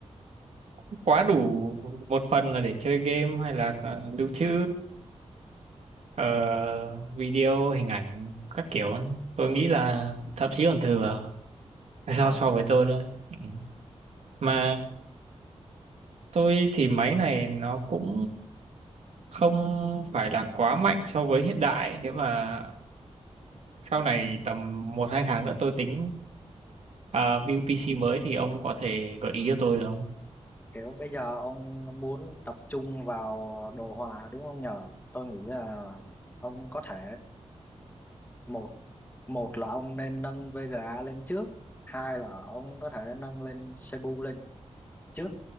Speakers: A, on the right; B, on the left.
A: cũng quá đủ một phần là để chơi game hay là ờ, lưu trữ ờ, video hình ảnh các kiểu tôi nghĩ là thậm chí còn thừa <laughs> so
B: à,
A: so với tôi thôi Ừ. mà tôi thì máy này nó cũng không phải là quá mạnh so với hiện đại nếu mà
B: à,
A: sau này tầm một hai tháng nữa tôi tính à, build PC mới thì ông có thể gợi ý cho tôi được không?
B: kiểu bây giờ ông muốn tập trung vào đồ họa đúng không nhờ tôi nghĩ là ông có thể một một là ông nên nâng Vega lên trước hai là ông có thể nâng lên Cebu lên trước